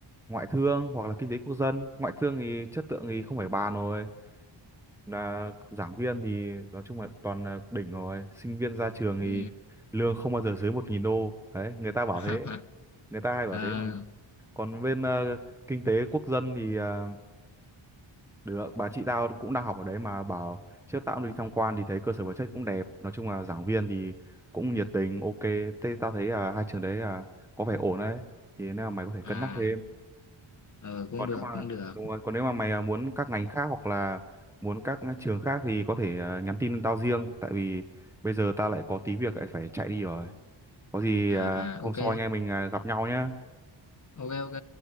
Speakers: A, in the centre; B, on the left.
A: ngoại thương hoặc là kinh tế quốc dân ngoại thương thì chất lượng thì không phải bàn rồi là giảng viên thì nói chung là toàn là đỉnh rồi sinh viên ra trường
B: ừ
A: thì lương không bao giờ dưới một nghìn đô đấy người ta bảo
B: <laughs>
A: thế người ta hay bảo
B: à,
A: thế mà còn bên ờ, kinh tế quốc dân thì ờ, được bà chị tao cũng đang học ở đấy mà bảo trước tao cũng đi tham quan thì thấy cơ sở vật chất cũng đẹp nói chung là giảng viên thì cũng nhiệt tình ok thế tao thấy là hai trường đấy là có vẻ ổn đấy thì nếu mà mày có thể
B: à,
A: cân nhắc thế
B: ừ, cũng
A: còn
B: được
A: nếu mà
B: cũng được
A: đúng rồi còn nếu mà mày à, muốn các ngành khác hoặc là muốn các trường khác thì có thể à, nhắn tin tao riêng tại vì bây giờ tao lại có tí việc lại phải chạy đi rồi có gì
B: à
A: à,
B: à
A: hôm
B: ok
A: sau anh em mình à, gặp nhau nhé
B: ok ok